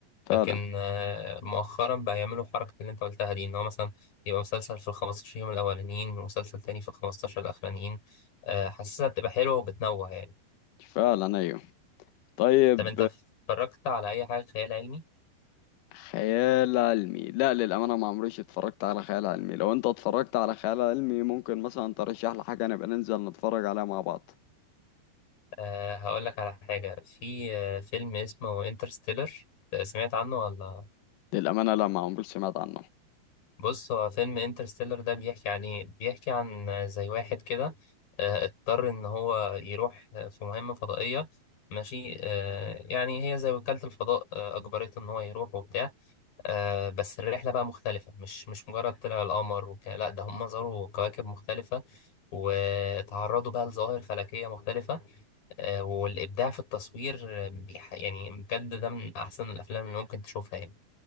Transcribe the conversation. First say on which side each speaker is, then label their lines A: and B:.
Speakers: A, on the left; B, on the left.
A: فعلا
B: لكن آه، مؤخرا بقى يعملوا حركه اللي انت قلتها دي ان هو مثلا يبقى مسلسل في ال 15 يوم الاولانيين ومسلسل تاني في ال 15 الاخرانيين آه، حاسسها بتبقى حلوه وبتنوع يعني
A: فعلا أيوه طيب
B: طب انت اتفرجت على اي حاجه خيال علمي
A: خيال علمي لا للأمانة ما عمريش اتفرجت على خيال علمي لو أنت اتفرجت على خيال علمي ممكن مثلا ترشح لي حاجة نبقى ننزل نتفرج عليها مع بعض
B: أه هقول لك على حاجه في آه، فيلم اسمه انترستيلر سمعت عنه ولا
A: للأمانة لا ما عمري سمعت عنه
B: بص هو فيلم انترستيلر ده بيحكي عن ايه بيحكي عن زي واحد كده آه، اضطر ان هو يروح آه، في مهمة فضائية ماشي آه، يعني هي زي وكالة الفضاء آه، اجبرته ان هو يروح وبتاع آه، بس الرحلة بقى مختلفة مش مش مجرد طلع القمر وك... لا ده هم زاروا كواكب مختلفة وتعرضوا بقى لظواهر فلكية مختلفة آه، والإبداع في التصوير آه، بيح... يعني بجد ده من أحسن الأفلام اللي ممكن تشوفها يعني